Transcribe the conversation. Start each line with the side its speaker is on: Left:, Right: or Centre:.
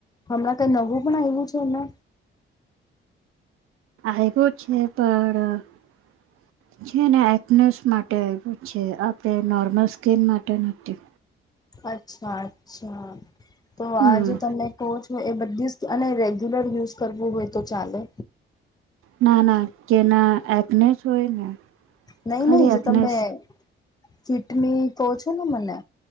Left: હમણાં કંઈ નવું પણ આવ્યું છે ને.
Right: આવ્યો છે પણ છે ને ફીટનેસ માટે આવ્યું છે આપણે નોર્મલ સ્કીન માટે નથી.
Left: અચ્છા અચ્છા તો
Right: હમ
Left: આજે તમને કોચ હોય એ બધી અને રેગ્યુલર યુઝ કરવું હોય તો ચાલે.
Right: ના ના કેના એકને જ હોય ને.
Left: નહી
Right: ખાલી
Left: નહી જો
Right: એકનેસ
Left: તમને ફિટ મી કો છો ને મને